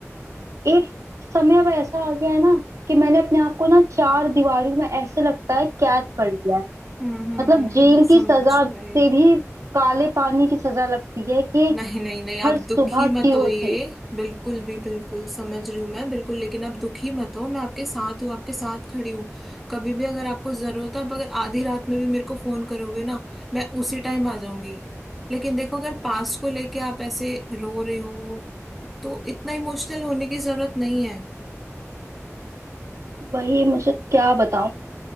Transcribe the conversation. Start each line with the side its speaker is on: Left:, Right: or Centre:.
Right: एक समय अब ऐसा आ गया है ना कि मैंने अपने आप को ना चार दीवारों में ऐसे लगता है कैद कर लिया है
Centre: हम्म हम्म
Right: मतलब जेल की
Centre: समझ
Right: सजा से
Centre: गई
Right: भी काले पानी की सजा लगती है कि
Centre: नहीं नहीं नहीं आप
Right: हर सुबह
Centre: दुखी मत
Right: की होती
Centre: हो ये
Right: है
Centre: बिल्कुल भी बिल्कुल समझ रही हूँ मैं बिल्कुल लेकिन आप दुखी मत हो मैं आपके साथ हूँ आपके साथ खड़ी हूँ कभी भी अगर आपको जरूरत है आप अगर आधी रात में भी मेरे को फोन करोगे ना मैं उसी टाइम आ जाऊंगी लेकिन देखो अगर पास को लेके आप ऐसे रो रहे हो तो इतना इमोशनल होने की जरूरत नहीं है
Right: वही मुझे क्या बताऊं मैं